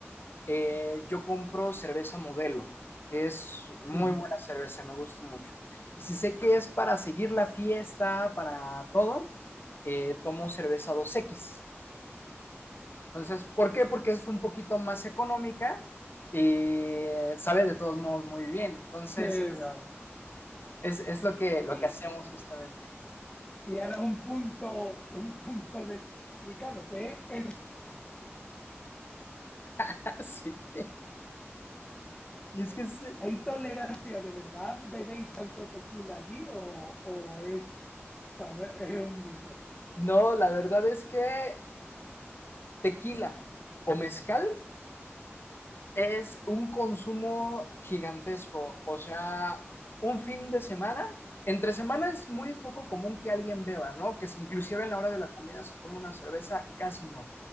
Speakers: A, on the left; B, on the left.
A: eh, yo compro cerveza modelo, que es muy
B: Ujú.
A: buena cerveza, me gusta mucho. Y si sé que es para seguir la fiesta, para todo, eh, tomo cerveza dos x Entonces, ¿por qué? Porque es un poquito más económica y sabe de todos modos muy bien. Entonces,
B: Sí,
A: es,
B: vale.
A: es, es lo, que, lo
B: Y,
A: que hacemos justamente.
B: y ahora un punto, un punto delicado, que es
A: <laughs> Sí. Y es que, es-
B: ¿Hay tolerancia de verdad? ¿Bebéis tanto tequila allí o, o es, tal vez es un mito?
A: no, la verdad es que tequila o mezcal es un consumo gigantesco. O sea, un fin de semana, entre semana es muy poco común que alguien beba, ¿no? Que si inclusive en la hora de la comida se toma una cerveza, casi no.